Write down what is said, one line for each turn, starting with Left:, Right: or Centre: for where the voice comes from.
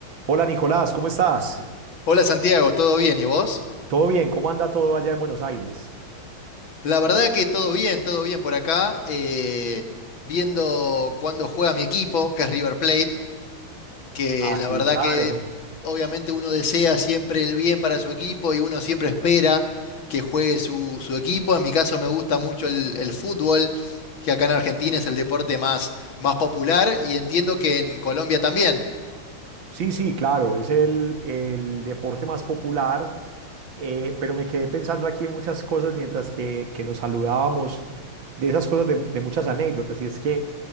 Right: Hola Nicolás, ¿cómo estás?
Left: Hola Santiago, ¿todo bien? ¿Y vos?
Right: ¿Todo bien? ¿Cómo anda todo allá en Buenos Aires?
Left: La verdad que todo bien, todo bien por acá. eh, viendo cuándo juega mi equipo, que es River Plate, que
Right: Ah,
Left: la
Right: sí,
Left: verdad
Right: claro.
Left: que obviamente uno desea siempre el bien para su equipo y uno siempre espera que juegue su, su equipo. En mi caso me gusta mucho el, el fútbol, que acá en Argentina es el deporte más, más popular y entiendo que en Colombia también.
Right: Sí, sí, claro, es el, el deporte más popular, eh, pero me quedé pensando aquí en muchas cosas mientras que, que nos saludábamos de esas cosas, de, de muchas anécdotas, y es que